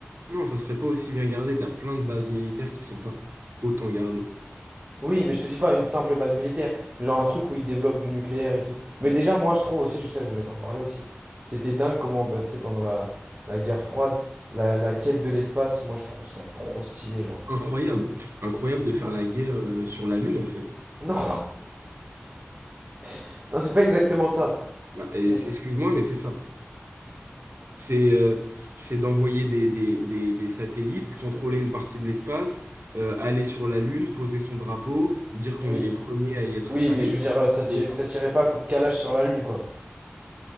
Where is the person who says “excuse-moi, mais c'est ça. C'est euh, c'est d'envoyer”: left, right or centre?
Right